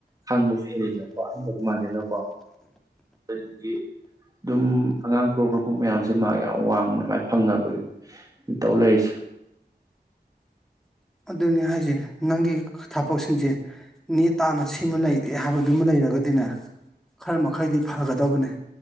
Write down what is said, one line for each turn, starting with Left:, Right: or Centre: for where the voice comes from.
Right: ꯈꯪꯕꯁꯨ ꯍꯦꯂꯤꯅꯀꯣ ꯑꯍꯟꯒꯁꯨ ꯃꯥꯟꯗꯦꯅꯀꯣ ꯑꯗꯨꯗꯒꯤ ꯑꯗꯨꯝ ꯑꯉꯥꯡ ꯁꯣꯔꯛꯄ ꯃꯌꯥꯝꯁꯦ ꯃꯥ ꯌꯥꯝ ꯋꯥꯡꯕꯃꯥꯏ ꯐꯪꯅꯕꯒꯤ ꯇꯧ ꯂꯩꯔꯤꯁꯦ
Centre: <inaudible> ꯑꯗꯨꯅꯤ ꯍꯥꯏꯁꯦ ꯅꯪꯒꯤ ꯊꯕꯛꯁꯤꯡꯁꯦ ꯅꯦ ꯇꯥꯅ ꯁꯤꯃ ꯂꯩꯔꯦ ꯍꯥꯏꯕꯗꯨꯃ ꯂꯩꯔ ꯒꯗꯤꯅꯦ ꯈꯔ ꯃꯈꯩꯗꯤ ꯐꯒꯗꯕꯅꯦ